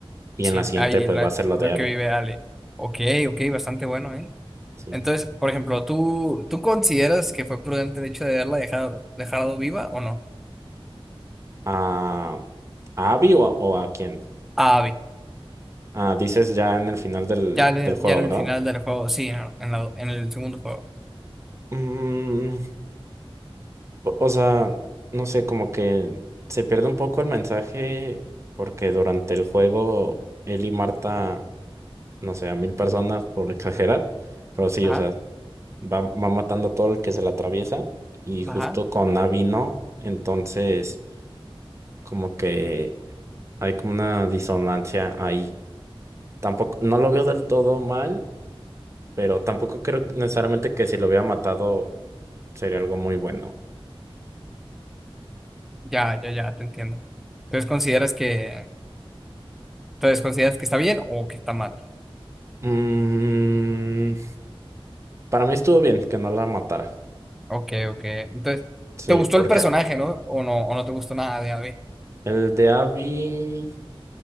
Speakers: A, on the right; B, in the centre.
A: y
B: Sí.
A: en la siguiente,
B: Ahí,
A: pues
B: la-
A: va a ser lo de
B: lo
A: Abby.
B: que vive Ale. Ok, ok, bastante bueno, ¿eh?
A: Sí.
B: Entonces, por ejemplo, ¿tú, tú consideras que fue prudente el hecho de haberla dejado, dejado viva o no?
A: ¿A, a Abby o, a o a quién?
B: Ah,
A: Ah, dices ya en el final del,
B: Ya, le-
A: del juego,
B: ya en el
A: ¿verdad?
B: final del juego, sí, en, la- en la- en el segundo juego.
A: Mm, O o sea, no sé, como que se pierde un poco el mensaje porque durante el juego él y Marta, no sé, a mil personas por exagerar, pero sí,
B: Ajá,
A: o sea, va, va matando a todo el que se le atraviesa y justo
B: ajá.
A: con Abby no, entonces como que hay como una disonancia ahí. Tampoco, no lo veo del todo mal, pero tampoco creo necesariamente que si lo hubiera matado sería algo muy bueno.
B: Ya, ya, ya, te entiendo. Entonces consideras que, entonces consideras que está bien o que está mal.
A: Mmm... Para mí estuvo bien que no la matara.
B: Ok, ok. Entonces,
A: Sí,
B: ¿te gustó
A: porque
B: el personaje, no? O no, o no te gustó nada de Abby.
A: el de Abby